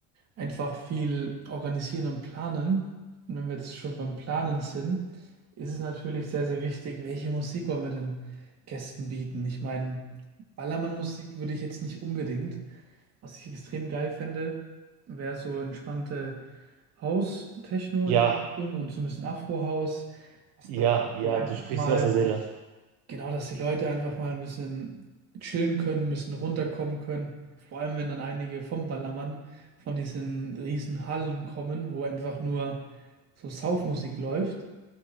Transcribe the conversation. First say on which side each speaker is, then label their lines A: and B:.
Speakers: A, on the right (about 40°); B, on the right (about 75°).
A: einfach viel organisieren und planen. Und wenn wir jetzt schon beim Planen sind, ist es natürlich sehr, sehr wichtig, welche Musik wollen wir den Gästen bieten. Ich meine, Ballermann-Musik würde ich jetzt nicht unbedingt. Was ich extrem geil fände, wäre so entspannte House-Techno
B: Ja,
A: in die Richtung und so ein bisschen Afro-House, was
B: ja,
A: da
B: ja,
A: wohl einfach
B: du sprichst
A: mal
B: mir aus der Seele.
A: Genau, dass die Leute einfach mal ein bisschen chillen können, ein bisschen runterkommen können. Vor allem, wenn dann einige vom Ballermann von diesen riesen Hallen kommen, wo einfach nur so Saufmusik läuft.